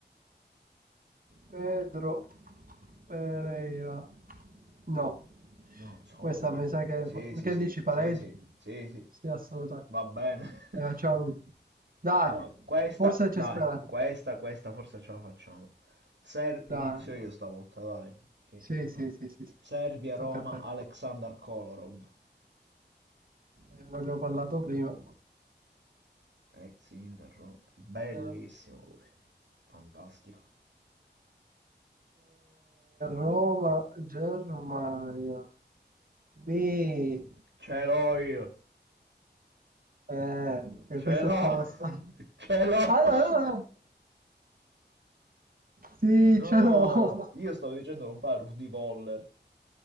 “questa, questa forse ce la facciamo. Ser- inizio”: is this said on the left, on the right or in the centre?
Right